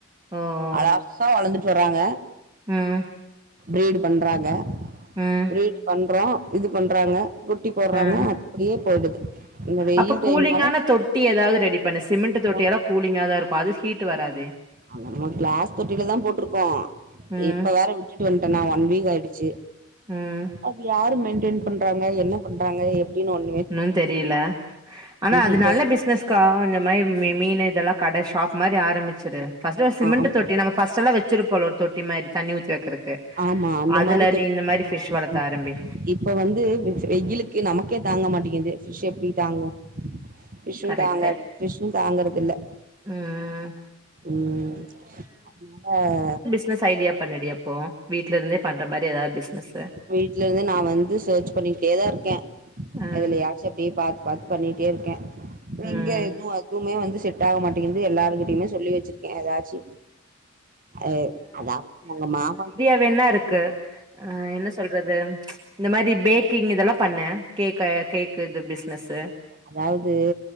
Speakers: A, on the right; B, on the right.
A: ஓ ஓ
B: அழகாக வளந்துட்டு வறாங்க
A: ம்
B: ப்ரீடு பண்றாங்க
A: ம்
B: ப்ரீடு பண்றோ இது பண்றாங்க விட்டு போட்றாங்க
A: ம்
B: அப்டியே போயிடுது இந்த வெயில்
A: அப்ப கூலிங்கான
B: டைம்னால
A: தொட்டி எதாவ்து ரெடி பண்ணு சிமெண்ட்
B: அதுதா
A: தொட்டியெல்லா கூலிங்கா தா இருக்கும் அது ஹீ்ட்டு வராதே
B: அத நம்ம கிளாஸ் தொட்டில்ல தா போட்ருக்கோம்
A: ம்
B: இப்ப வேற வி ட்டுட்டு வந்ட்டனா ஒன் வீக் ஆயிடுச்சி
A: ம்
B: அது யாரு மெயின்டென் பண்றாங்க என்ன பண்றாங்க எப்டின்னு ஒன்
A: னும் தெரியில ஆனா அது
B: ம் போ
A: நல்ல பிஸ்னஸ் தா இந்த மாரி மீனு இதெல்லா கட ஷாப் மாரி ஆரம்பிச்சிரு ஃபர்ஸ்ட்டு ஒரு சிமெண்ட்டு
B: ஆ ஆமா
A: தொட்டி நம்ம ஃபர்ஸ்ட்டெல்லா வெச்சிருப்போல ஒரு தொட்டி மாரி தண்ணி ஊத்தி வெக்கிற க்கு
B: ஆமா அந்த
A: அதுல
B: மாரி தொ
A: நீ இந்த மாரி ஃபிஷ்
B: ஆமா
A: வளக்க ஆரம்பி
B: இப்ப வந்து வெயிலுக்கு நமக்கே தாங்க மாட்டேக்கிது ஃபிஷ் எப்டி தாங்கும் ஃபிஷ்ஷூம்
A: கரெக்ட்டு
B: தாங்காது ஃபிஷ்ஷூம் தாங்குறது இல்ல
A: ம்
B: ம் அதனால
A: பிஸ்னஸ் ஐடியா பண்ணுடி அப்போ வீட்ல இருந்தே பண்ற மாரி எதாவ்து பிஸ்னஸு
B: வீட்லந்து நா வந்து சர்ச் பண்ணிக்கிட்டே தா இருக்க
A: ஆ
B: எதுலயாவ் சர்ச் அப்டியே பாத்து பாத்து பண்ணிட்டே இருக்கே எங்க
A: ம்
B: இன்னு எதுவுமே வந்து செட் ஆக மாட்டேங்குது எல்லாருகிட்டயுமே சொல்லி வச்சிருக்கே எதாச்சு அ அதாவ்து உங்க மாமா கிட்ட
A: இப்ப என்ன இருக்கு ஆ என்ன சொல்றது இந்த மாரி பேக்கிங் இதெல்லா பண்ண கேக்க கேக்கு இது பிஸ்னஸ்ஸு
B: அதாவ்து